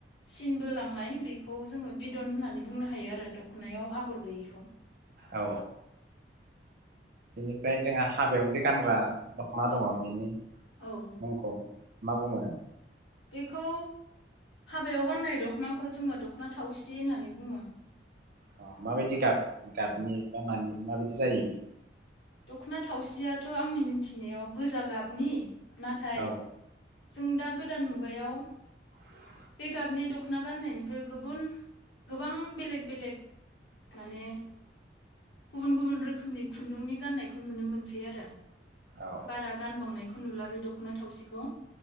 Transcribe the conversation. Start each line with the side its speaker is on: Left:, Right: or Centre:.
Left: सिनबोलाङो बेखौ जोङो बिदन होननानै बुंनो हायो आरो दखनायाव आगर गैयैखौ
Right: औ बेनिफ्राय जोंहा हाबायाव जे गानग्रा दख'ना
Left: औ
Right: दङ बेनि
Left: औ
Right: मुंखौ। मा बुङो?
Left: बेखौ हाबाय गाननाय दखना दख'नाखौ जोङो दख'ना थावसि होननानै बुङो।
Right: अ माबायदि गाब गाबनि? बा मानि माबायदि जायो बियो?
Left: दख'ना थावसियाथ' आंनि मिन्थिनायाव गोजा गाबनि नाथाय
Right: औ
Left: जों दा गोदान मुगायाव
Right: औ <unintelligible>
Left: बे गाबनि दख'ना गाननायनिख्रुइ गुबुन गोबां बेलेग बेलेग माने गुबुन गुबुन रोखोमनि खुन्दुंनि गान्नायखौ नुनो मोनसै आरो
Right: औ
Left: बारा गानबावनायखौ नुलाबाय दख'ना थावसिखौ।